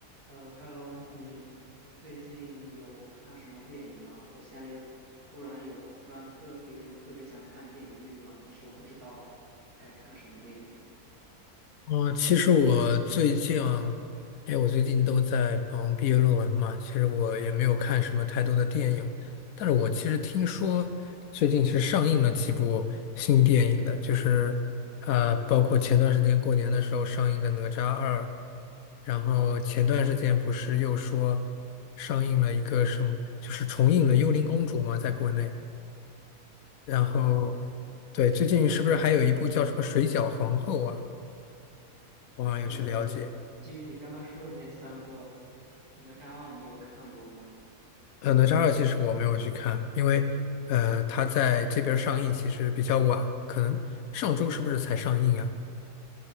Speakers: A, on the right (about 70°); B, on the left (about 70°).
A: 呃，Hello，你最近有看什么电影吗？我现在就突然有突然特有一种特别想看电影的欲望，但是我不知道该看什么电影。
B: 哦，其实我最近，因为我最近都在忙毕业论文嘛，其实我也没有看什么太多的电影，
A: 嗯，
B: 但是我其实听说最近是上映了几部新电影的，就是呃，包括前段时间过年的时候上映的《哪吒二》，然后前段时间不是又说上映了一个什么，就是重映了《幽灵公主》嘛，在国内，然后
A: 哦，
B: 对，最近是不是还有一部叫什么《水饺皇后》啊？我好像有去了解。
A: 呃，基于你刚刚说的那三个，《哪吒二》你有看过吗？
B: 呃，哪吒二其实我没有去看，因为呃，它在这边上映其实比较晚，
A: 啊。
B: 可能上周是不是才上映啊？